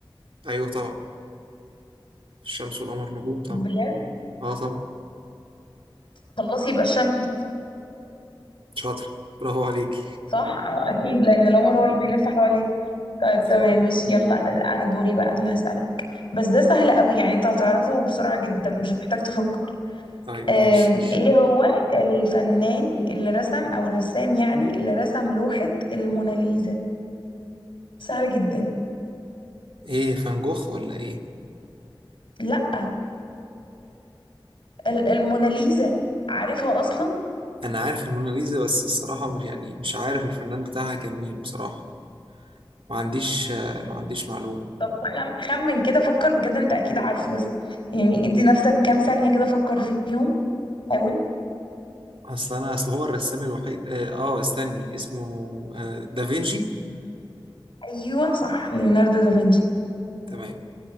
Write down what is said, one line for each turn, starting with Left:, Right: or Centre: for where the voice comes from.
Right: أيوه طبعا الشمس والقمر نجوم طبعا
Left: بجد
Right: أه طبعا
Left: خلاص يبقى الشمس
Right: شاطر برافو عليك
Left: صح آه، اكيد لان القمر هو اللي بيلف حواليه طيب
Right: <laughs>
Left: تمام ماشي يلا انا دوري بقى انا اللي هسألك بس ده سهل قوي يعني انت هتعرفه بسرعة جدا مش هتحتاج تفكر
Right: طيب
Left: أم،
Right: ماشي
Left: ايه هو الفنان اللي رسم او الرسام يعني اللي رسم لوحة الموناليزا سهل جدا
Right: إيه فان جوخ ولا إيه؟
Left: لا ال- الموناليزا عارفها اصلا
Right: انا عارف الموناليزا بس الصراحه مش يعني مش عارف الفنان بتاعها كان مين بصراحه ما عنديش آه، ما عنديش معلومه
Left: طب خم خمن كده فكر بجد انت اكيد عارفه بس يعني ادي نفسك كام ثانية كده فكر فيهم حاول
Right: اصل انا اصل هو الرسام الوحيد اه آه، استني اسمه آه دافينشي
Left: ايوه صح ليوناردو دافنشي
Right: تمام